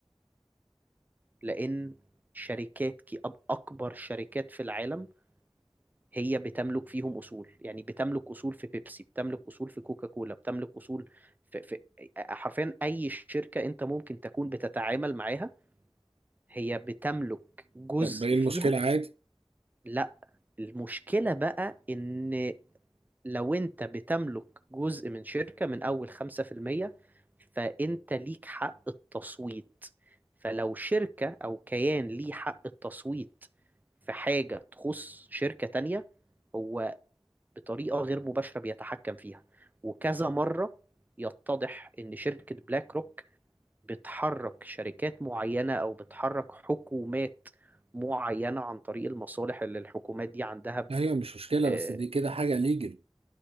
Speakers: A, on the right; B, on the right.
A: لأن شركات كي أب- أكبر شركات في العالم هي بتملك فيهم أصول يعني بتملك أصول في بيبسي بتملك أصول في كوكا كولا بتملك أصول في, في حرفيا أي شركة أنت ممكن تكون بتتعامل معاها هي بتملك جزء
B: طب ايه المشكله
A: فيها
B: عادي
A: لا المشكلة بقى إن لو انت بتملك جزء من شركة من اول خمسة في المية فانت ليك حق التصويت فلو شركة او كيان ليه حق التصويت في حاجة تخص شركة تانية هو بطريقة غير مباشرة بيتحكم فيها وكذا مرة يتضح ان شركة بلاك روك بتحرك شركات معينة او بتحرك حكومات معينة عن طريق المصالح اللي الحكومات دي عندها
B: ايوه مش مشكله
A: آه،
B: بس دي كده حاجه ليجل